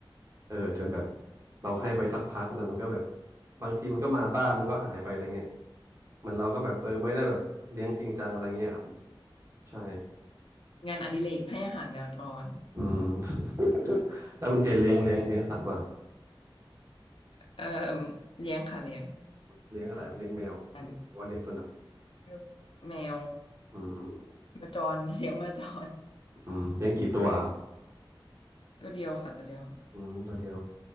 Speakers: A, on the right; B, on the left.
A: เออจนแบบเราให้ไปสักพักแล้วมันก็แบบบางทีมันก็มาบ้านมันก็หายไปอะไรเงี้ยเหมันเราก็แบบเออไม่ได้แบบเลี้ยงจริงจังอะไรเงี้ยครับใช่
B: งานอดิเรกให้อาหารแมวจร
A: อืม <laughs> แล้วคุณเจเลี้ยงเลี้ยงเลี้ยงสัตว์ป่ะครับ
B: เออเลี้ยงค่ะเลี้ยง
A: เลี้ยงอะไรครับเลี้ยงแมวหรือว่าเลี้ยงสุนัข
B: เออกันแมวแมว
A: อืม
B: จร <laughs> เลี้ยงแมวจร
A: อืมเลี้ยงกี่ตัวครับ
B: ตัวเดียวค่ะตัวเดียว
A: อืมตัวเดียว